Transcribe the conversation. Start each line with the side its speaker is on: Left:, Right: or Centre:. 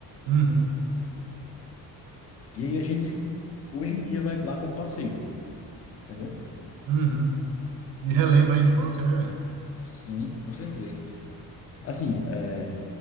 Right: Uhum,
Left: E aí a gente, hoje em dia, vai lá como passeio, entendeu?
Right: uhum. Me relembra a infância, né?
Left: Sim, com certeza. Assim, é